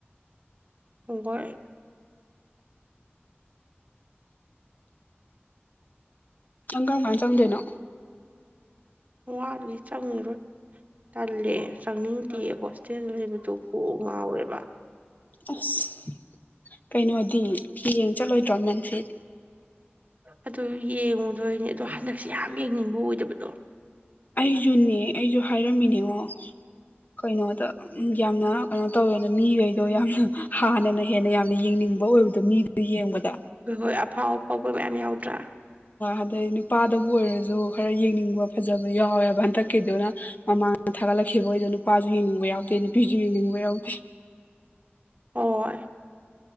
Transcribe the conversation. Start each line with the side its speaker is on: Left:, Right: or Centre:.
Right: ꯒꯣꯏ
Left: ꯅꯪ ꯀꯔꯝ ꯀꯥꯟ ꯆꯪꯗꯣꯏꯅꯣ꯫
Right: ꯋꯥꯠꯂꯤ ꯆꯪꯉꯤꯔꯣꯏ꯫ ꯇꯜꯂꯦꯑꯦ ꯆꯪꯅꯤꯡꯗꯦꯑ ꯍꯣꯁꯇꯦꯜ ꯂꯩꯕꯗꯣ ꯀꯣꯛ ꯉꯥꯎꯋꯦꯕ꯫
Left: ꯑꯁ ꯀꯩꯅꯣꯗꯤ ꯐꯤ ꯌꯦꯡ ꯆꯠꯂꯣꯏꯗ꯭ꯔꯣ ꯃꯟꯇ꯭ꯔꯤꯠ꯫
Right: ꯑꯗꯨ ꯌꯦꯡꯉꯨꯗꯣꯏꯅꯦ ꯑꯗꯣ ꯍꯟꯗꯛꯁꯦ ꯌꯥꯝ ꯌꯦꯡꯅꯤꯡꯕ ꯑꯣꯏꯗꯕꯗꯣ꯫
Left: ꯑꯩꯖꯨꯅꯦ ꯑꯩꯖꯨ ꯍꯥꯏꯔꯝꯃꯤꯅꯦꯉꯣ ꯀꯩꯅꯣꯗ꯫ ꯌꯥꯝꯅ ꯀꯩꯅꯣ ꯇꯧꯋꯦꯅ ꯃꯤꯒꯩꯗꯣ ꯌꯥꯝꯅ ꯍꯥꯟꯅꯅ ꯍꯦꯟꯅ ꯌꯥꯝꯅ ꯌꯦꯡꯅꯤꯡꯕ ꯑꯣꯏꯕꯗꯣ ꯃꯤ꯫ ꯗꯨ ꯌꯦꯡꯕꯗ꯫
Right: ꯍꯣꯏ ꯍꯣꯏ ꯑꯐꯥꯎ ꯑꯐꯥꯎꯕ ꯃꯌꯥꯝ ꯌꯥꯎꯗ꯭ꯔꯥ꯫
Left: ꯑꯗꯩ ꯅꯨꯄꯥꯗꯕꯨ ꯑꯣꯏꯔꯁꯨ ꯈꯔ ꯌꯦꯡꯅꯤꯡꯕ ꯐꯖꯕ ꯌꯥꯎꯋꯦꯕ ꯍꯟꯗꯛꯀꯤꯗꯨꯅ꯫ ꯃꯃꯥꯅ ꯊꯥꯒꯠꯂꯛꯈꯤꯕ ꯑꯣꯏꯗꯣ ꯅꯨꯄꯥꯁꯨ ꯌꯦꯡꯅꯤꯡꯕ ꯌꯥꯎꯗꯦ ꯅꯨꯄꯤꯁꯨ ꯌꯦꯡꯅꯤꯡꯕ ꯌꯥꯎꯗꯦ꯫
Right: ꯍꯣꯏ꯫